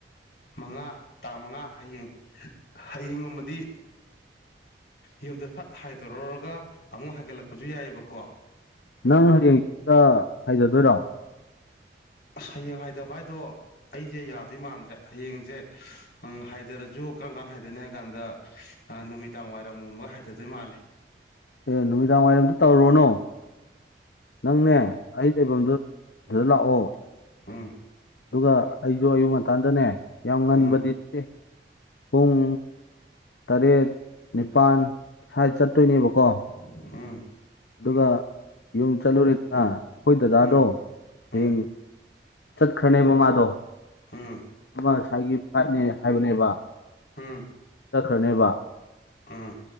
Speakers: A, on the left (about 60°); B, on the left (about 75°).
A: ꯃꯉꯥ ꯇꯥꯡ ꯃꯉꯥ ꯍꯌꯦꯡ ꯍꯌꯦꯡꯒꯨꯝꯕꯗꯤ ꯌꯨꯝꯗ ꯐꯠ ꯍꯥꯏ ꯊꯥꯔꯨꯔꯒ ꯑꯃꯨꯛ ꯍꯥꯏꯒꯠꯂꯛꯄꯁꯨ ꯌꯥꯏꯑꯦꯕꯀꯣ
B: ꯅꯪ ꯍꯌꯦꯡ ꯍꯥꯢꯊꯗꯣꯏꯔꯣ
A: ꯑꯁ ꯍꯌꯦꯡ ꯍꯥꯏꯗꯕ ꯍꯥꯏꯗꯣ ꯑꯩꯁꯦ ꯌꯥꯗꯣꯏ ꯃꯥꯟꯗ꯭ꯔꯦ ꯍꯌꯦꯡꯁꯦ ꯎꯝ ꯍꯥꯏꯊꯔꯁꯨ ꯀꯔꯝ ꯀꯥꯟꯗ ꯍꯥꯏꯗꯅꯤ ꯍꯥꯏ ꯀꯥꯟꯗ ꯅꯨꯃꯤꯗꯥꯡ ꯋꯥꯏꯔꯝꯒꯨꯝꯕ ꯍꯥꯏꯗꯗꯣꯏ ꯃꯥꯜꯂꯦ
B: ꯑꯦ ꯅꯨꯃꯤꯗꯥꯡ ꯋꯥꯏꯔꯝꯗꯤ ꯇꯧꯔꯨꯔꯅꯣ ꯅꯪꯅꯦ ꯑꯩ ꯂꯩꯕꯝꯗꯨ ꯑꯗꯨꯗ ꯂꯥꯛꯑꯣ
A: ꯑꯝ
B: ꯑꯗꯨꯒ ꯑꯩꯁꯨ ꯑꯌꯨꯛ ꯉꯟꯇꯥꯟꯗꯅꯦ ꯌꯥꯝ ꯉꯟꯕꯗꯤ
A: ꯎꯝ
B: ꯅꯠꯇꯦ ꯄꯨꯡ ꯇꯔꯦꯠ ꯅꯤꯄꯥꯜ ꯁ꯭ꯋꯥꯥꯏ ꯆꯠꯇꯣꯏꯅꯦꯕꯀꯣ
A: ꯎꯝ
B: ꯑꯗꯨꯒ ꯌꯨꯝ ꯆꯠꯂꯨꯔꯦꯗꯅ ꯑꯩꯈꯣꯏ ꯗꯗꯥꯗꯣ
A: ꯎꯝ
B: ꯍꯌꯦꯡ
A: ꯎꯝ
B: ꯆꯠꯈ꯭ꯔꯅꯦꯕ ꯃꯥꯗꯣ
A: ꯍꯝ
B: ꯑꯃ ꯉꯁꯥꯏꯒꯤ ꯐ꯭ꯂꯥꯏꯠꯅꯦ ꯍꯥꯏꯕꯅꯦꯕ
A: ꯎꯝ
B: ꯆꯠꯈ꯭ꯔꯅꯦꯕ
A: ꯑꯝ